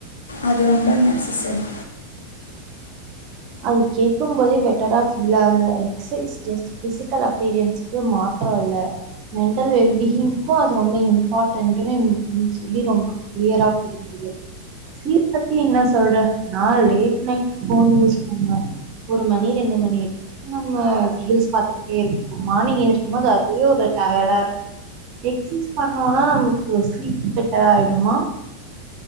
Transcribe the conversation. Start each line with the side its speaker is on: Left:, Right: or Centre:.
Left: அது ரொம்ப நெசசரி
Right: அது கேக்கும்போதே பெட்டரா ஃபீல் ஆ்குது. எக்ஸர்சைஸ். ஜஸ்ட் ஃபிசிகல் அப்பியரன்ஸ்க்கு மாத்தரம்‌ இல்ல. மென்டல் வெல்பீயிங்க்கும் அது ரொம்ப இம்பான்டன்ட்னு சொல்லி எனக்கு ரொம்ப கிளியரா புரிஞ்சது. ஸ்லீப் பத்தி என்ன சொல்ற நான் லேட் நைட் ஃபோன் மூலம் பண் ஆ ஒரு மணி ரெண்டு மணி வரைக்கு நம்ம ரீல்ஸ் பாத்துகிட்டே இருக்கோம். மார்னிங் எந்திருக்கும்போது அதுவே ஒரு டயர்டா இருக்கும். எக்சர்சைஸ் பண்ணோம்னா நமக்கு ஸ்லீப் பெட்டரா ஆயிடுமா?